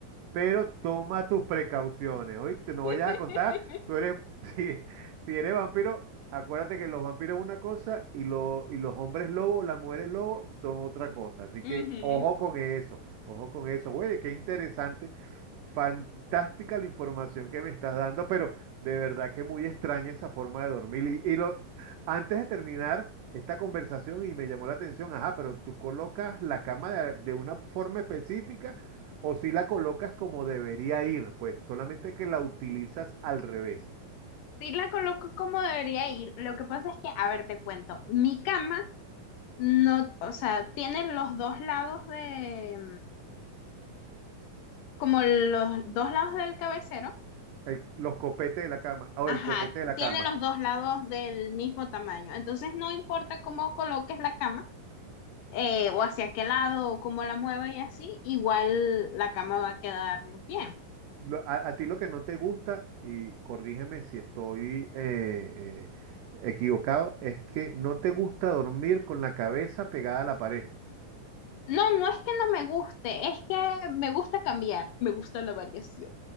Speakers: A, on the right; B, on the left.
A: pero toma tus precauciones, ¿oíste? No
B: <laughs>
A: vayas a contar, tú eres, <laughs> si, si eres vampiro, acuérdate que los vampiros es una cosa y, lo- y los hombres lobos, las mujeres lobos son otra cosa, así
B: Ujú.
A: que ojo con eso, ojo con eso, güey, qué interesante. Fantástica la información que me estás dando, pero de verdad que muy extraña esa forma de dormir. Y, y lo, antes de terminar esta conversación, y me llamó la atención, ajá, pero tú colocas la cama de, de una forma específica o si la colocas como debería ir, pues solamente que la utilizas al revés.
B: Sí la coloco como debería ir. Lo que pasa es que, a ver, te cuento. Mi cama no, o sea, tiene los dos lados de, como los dos lados del cabecero,
A: El- los copetes de la cama, o
B: ajá,
A: el copete de la
B: tiene
A: cama.
B: los dos lados del mismo tamaño. Entonces no importa cómo coloques la cama, eh, o hacia qué lado, o cómo la mueva y así, igual la cama va a quedar bien.
A: lo- a, a ti lo que no te gusta, y corrígeme si estoy eh, eh, equivocado, es que no te gusta dormir con la cabeza pegada a la pared.
B: No, no es que no me guste, es que me gusta cambiar, me gusta la variación.